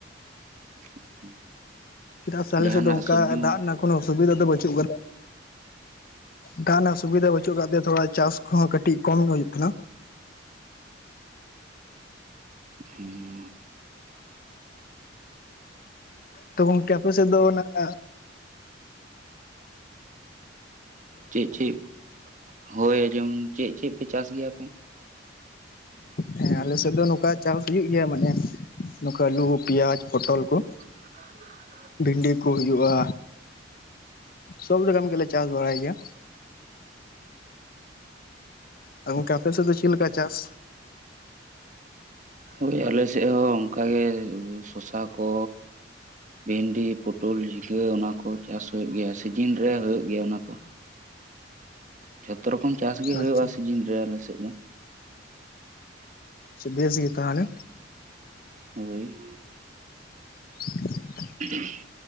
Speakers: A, on the right; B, on the left.
A: <inaudible>
B: ᱪᱮᱫᱟᱜ ᱥᱮ ᱟᱞᱮ
A: ᱡᱟᱦᱟᱱᱟᱜ
B: ᱥᱮᱫ ᱫᱚ ᱚᱱᱠᱟ
A: ᱥᱚᱵᱽᱡᱤ?
B: ᱫᱟᱜ ᱨᱮᱱᱟᱜ ᱠᱳᱱᱳ ᱚᱥᱩᱵᱤᱫᱷᱟ ᱫᱚ ᱵᱟᱹᱪᱩᱜ ᱠᱟᱫᱟ᱾ ᱫᱟᱜ ᱨᱮᱱᱟᱜ ᱥᱩᱵᱤᱫᱷᱟ ᱵᱟᱹᱪᱩᱜ ᱟᱠᱟᱫ ᱛᱮ ᱛᱷᱚᱲᱟ ᱪᱟᱥ ᱠᱚᱦᱚᱸ ᱠᱟᱹᱴᱤᱡ ᱠᱚᱢ ᱦᱩᱭᱩᱜ ᱠᱟᱱᱟ᱾
A: ᱦᱩᱸ
B: ᱛᱚ ᱜᱟᱝᱠᱮ ᱟᱯᱮ ᱥᱮᱫ ᱫᱚ ᱱᱟᱜᱼᱟᱜ
A: ᱪᱮᱫ ᱪᱮᱫ, ᱦᱳᱭ ᱡᱮᱢᱚᱱ ᱪᱮᱫ-ᱪᱮᱫ ᱯᱮ ᱪᱟᱥ ᱜᱮᱭᱟ ᱯᱮ?
B: ᱦᱮᱸ ᱟᱞᱮ ᱥᱮᱫ ᱫᱚ ᱱᱚᱝᱠᱟ ᱪᱟᱥ ᱦᱩᱭᱩᱜ ᱜᱮᱭᱟ ᱢᱟᱱᱮ ᱱᱚᱝᱠᱟ ᱟᱹᱞᱩ, ᱯᱮᱸᱭᱟᱡ, ᱯᱚᱴᱚᱞ ᱠᱚ᱾
A: <inaudible>
B: ᱵᱷᱤᱱᱰᱤ ᱠᱚ ᱦᱩᱭᱩᱜᱼᱟ᱾ ᱥᱚᱵ ᱨᱚᱠᱚᱢ ᱜᱮᱞᱮ ᱪᱟᱥ ᱵᱟᱲᱟᱭ ᱜᱮᱭᱟ᱾ ᱟᱨ ᱜᱚᱝᱠᱮ ᱟᱯᱮ ᱥᱮᱫ ᱫᱚ ᱪᱮᱫ ᱞᱮᱠᱟ ᱪᱟᱥ?
A: ᱦᱳᱭ ᱟᱞᱮ ᱥᱮᱫ ᱦᱚᱸ ᱚᱱᱠᱟᱜᱮ ᱥᱚᱥᱟ ᱠᱚ᱾ ᱵᱷᱤᱱᱰᱤ ᱯᱚᱴᱚᱞ ᱡᱷᱤᱸᱜᱟᱹ ᱚᱱᱟ ᱠᱚ ᱪᱟᱥ ᱦᱩᱭᱩᱜ ᱜᱮᱭᱟ, ᱥᱤᱡᱤᱱ ᱨᱮ ᱦᱩᱭᱩᱜ ᱜᱮᱭᱟ ᱚᱱᱟ ᱠᱚ᱾ ᱡᱚᱛᱚ ᱨᱚᱠᱚᱢ ᱪᱟᱥ ᱜᱮ ᱦᱩᱭᱩᱜᱼᱟ,
B: ᱟᱪᱪᱷᱟ
A: ᱥᱤᱡᱤᱱ ᱨᱮ ᱟᱞᱮᱥᱮᱫ ᱫᱚ᱾
B: ᱥᱮ ᱵᱮᱥ ᱜᱮ ᱛᱟᱦᱚᱞᱮ᱾
A: ᱦᱳᱭ
B: <inaudible>
A: <unintelligible>